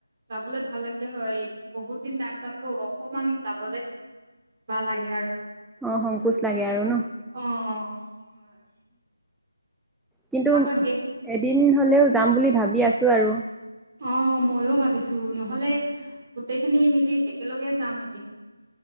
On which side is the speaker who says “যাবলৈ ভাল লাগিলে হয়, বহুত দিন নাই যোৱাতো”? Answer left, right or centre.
Right